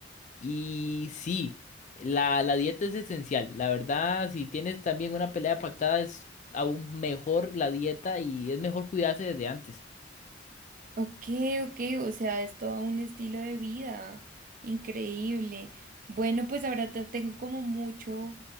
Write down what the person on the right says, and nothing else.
Ok, ok, o sea, es todo un estilo de vida increíble. Bueno, pues ahora te- tengo como mucho,